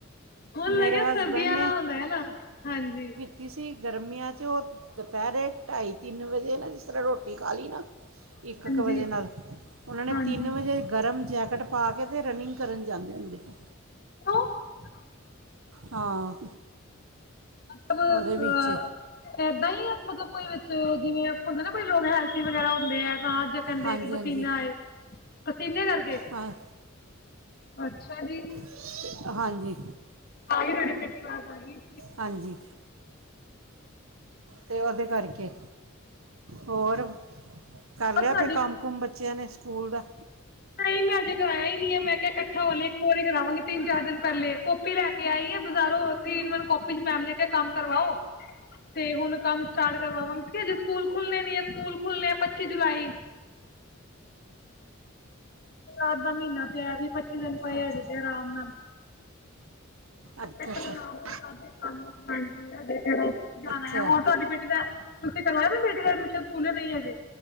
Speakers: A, on the left (about 45°); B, on the right (about 85°).
A: ਹੁਣ
B: ਮੇਰੇ
A: ਲੱਗਿਆ
B: ਹਸਬੰਡ
A: ਸਰਦੀਆਂ ਆਲਾ ਹੁੰਦਾ ਹੈ ਨਾ ਹਾਂਜੀ।
B: ਤੀਸੀਂ ਗਰਮੀਆਂ 'ਚ ਉਹ ਦੁਪਹਿਰੇ ਢਾਈ ਤਿੰਨ ਵਜੇ ਨਾ ਜਿਸ ਤਰ੍ਹਾਂ ਰੋਟੀ ਖਾ ਲੀਂ ਨਾ
A: ਹਾਂਜੀ
B: ਇੱਕ ਕ ਵਜੇ ਨਾਲ ਉਨ੍ਹਾ ਨੇ
A: ਹਾਂਜੀ
B: ਤਿੰਨ ਵਜੇ ਗਰਮ ਜੈਕਟ ਪਾ ਕੇ ਤੇ ਰਨਿੰਗ ਕਰਨ ਜਾਂਦੇ ਹੁੰਦੇ ਹੀ
A: ਤੂੰ ਅ
B: ਹਾਂ।
A: ਮਤਬ ਅ
B: ਉਹਦੇ ਵਿੱਚ
A: ਏਦਾਂ ਈ ਆ ਮਤਲਬ ਕੋਈ ਵਿੱਚ ਜਿਵੇਂ ਆਪਾ ਹੁੰਦੇ ਆ ਨਾ ਕੋਈ ਲੋਕ ਹੈਲਥੀ ਵਗੈਰਾ ਹੁੰਦੇ ਆ ਲਾਜ- ੱਧੇ ਕਹਿੰਦੇ
B: ਹਾਂਜੀ
A: ਆ ਕਿ ਬਤੀਨਾ
B: ਹਾਂਜੀ
A: ਆ ਏ ਪਸੀਨੇ ਕਰਕੇ
B: ਹਾਂ
A: ਅੱਛਾ ਜੀ।
B: ਕੀ ਅਹਾਂਜੀ।
A: ਆ ਗੀ ਤੁਹਾਡੀ ਬੇਟੀ ਅਵਾਜ ਆ ਗੀ।
B: ਹਾਂਜੀ। ਤੇ ਉਹਦੇ ਕਰਕੇ ਹੋਰ ਕਰ ਲਿਆ
A: ਸਾਡੀ
B: ਕੋਈ ਕੰਮ- ਕੁਮ ਬੱਚਿਆਂ ਨੇ ਸਕੂਲ ਦਾ?
A: ਨਈ ਮੈਂ ਅਜੇ ਕਰਾਇਆ ਹੀ ਨੀ ਹੈ ਮੈਂ ਕਿਹਾ ਕੱਠਾ ਹੋਲੇ ਇੱਕੋ ਵਾਰੀ ਕਰਾਵਾਂਗੀ ਤਿੰਨ ਚਾਰ ਦਿਨ ਪਹਿਲੇ ਆਪੀ ਲੈ ਕੇ ਆਈਏ ਬਜ਼ਾਰੋ ਅ ਥ੍ਰੀ -ਇਨ -ਵਨ ਕਾਪੀ ਚ ਮੈਮ ਨੇ ਕਿਹਾ ਕੰਮ ਕਰਵਾਓ। ਤੇ ਹੁਣ ਕੰਮ ਸਟਾਰਟ ਕਰਵਾਵਾਂ ਕਿ ਅਜੇ ਸਕੂਲ ਖੁੱਲਣੇ ਨੀ ਏ ਸਕੂਲ ਖੁੱਲ੍ਹਣੇ ਆ ਪੱਚੀ ਜੁਲਾਈ। ਰਾਤ ਦਾ ਮਹੀਨਾ ਪਿਆ ਵੀਹ ਪੱਚੀ ਦਿਨ ਪਏ
B: ਅੱਛਾ
A: ਹਜੇ ਤੇ ਆਰਾਮ ਨਾਲ।
B: ਅੱਛਾ,
A: ਮੈਂ
B: ਅੱਛਾ।
A: <unintelligible> ਜਾਣਾ
B: ਅੱਛਾ
A: ਆ, ਹੋਰ ਤੁਹਾਡੀ ਬੇਟੀ ਦਾ ਤੁਸੀਂ ਕਰਵਾ ਬੇਟੀ ਐਡਮਿਸ਼ਨ ਸਕੂਲੇ ਨਹੀਂ ਹਜੇ?